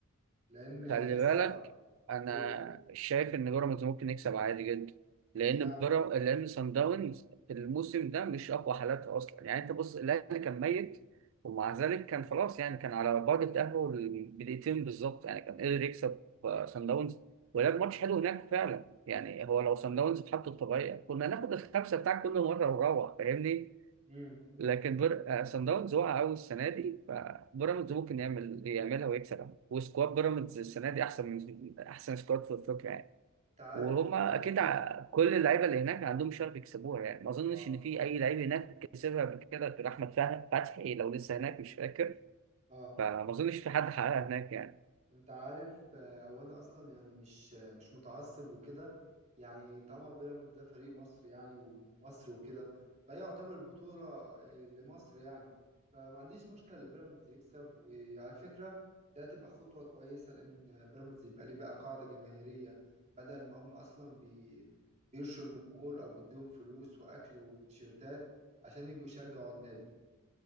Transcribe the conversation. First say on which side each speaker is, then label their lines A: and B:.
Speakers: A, on the right; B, on the right.
A: لان
B: خلي
A: آه، صعبه
B: بالك انا
A: قول
B: شايف ان بيراميدز ممكن يكسب عادي جدا لان
A: اشمعنى
B: بيراميدز لان سان داونز في الموسم ده مش اقوى حالاتها اصلا يعني انت بص الاهلي كان ميت ومع ذلك كان خلاص يعني كان على بعد التاهل بدقيقتين بالظبط يعني كان قدر يكسب آه، سان داونز ولعب ماتش حلو هناك فعلا يعني هو لو سان داونز في حالته الطبيعيه كنا ناخد الخمسه بتاعك كل مره ونروح فاهمني
A: امم
B: لكن بر... سان داونز وقع قوي السنه دي فبيراميدز ممكن يعمل يعملها ويكسبها وسكواد بيراميدز السنه دي احسن من احسن سكواد في افريقيا يعني
A: انت عارف
B: وهم
A: هو
B: اكيد
A: انا
B: ع- كل اللعيبه اللي هناك عندهم شغف يكسبوها يعني ما اظنش
A: اه
B: ان في اي لعيب هناك كسبها قبل كده غير احمد فه- فتحي لو لسه هناك مش فاكر
A: اه
B: فما اظنش في حد حققها هناك يعني
A: انت عارف آه، هو انا اصلا يعني مش آه، مش متعصب وكده يعني طبعا بيراميدز ده فريق مصر يعني ومن مصر وكده فهي يعتبر بطولة آه، لمصر يعني فما عنديش مشكلة لبيراميدز يكسب وعلى فكرة ده تبقى خطوة كويسة لان بيراميدز يبقى ليه بقى قاعدة جماهيرية بدل ما هم اصلا بي بيرشوا الجمهور او بيديهم فلوس واكل وتيشيرتات عشان يجوا يشجعوا النادي